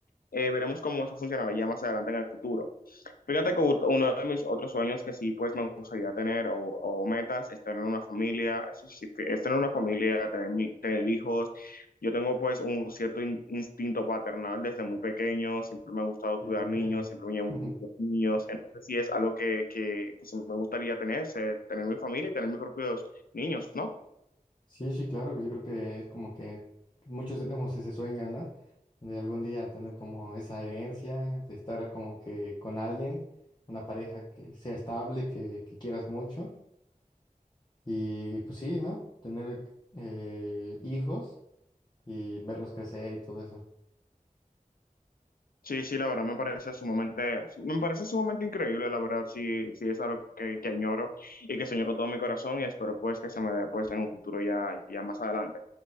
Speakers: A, on the left; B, on the left.
A: eh, veremos cómo eso funcionará ya más adelante en el futuro. Fíjate que u- uno de mis otros sueños que sí, pues me gustaría tener o, o metas es tener una familia, es, decir, que- es tener una familia, tener, mi- tener hijos. Yo tengo pues un cierto in- instinto paternal desde muy pequeño, siempre me ha gustado
B: Ya
A: cuidar
B: te entiendo.
A: niños, siempre me
B: <laughs>
A: llamó
B: Ujú.
A: niños, entonces sí es algo que, que, que sí me gustaría tener, ser- tener mi familia y tener mis propios niños, ¿no?
B: Sí, sí, claro, que yo creo que es como que muchos tenemos ese sueño, ¿no? De algún día tener como esa herencia, de estar como que con alguien, una pareja que sea estable, que, que quieras mucho Y pues sí, ¿no? Tener eh, hijos y verlos crecer y todo eso.
A: Sí, sí, la verdad me parece sumamente, me parece sumamente increíble, la verdad, sí, sí es algo que, que añoro y que sueño con todo mi corazón y espero pues que se me dé pues en un futuro ya, ya más adelante.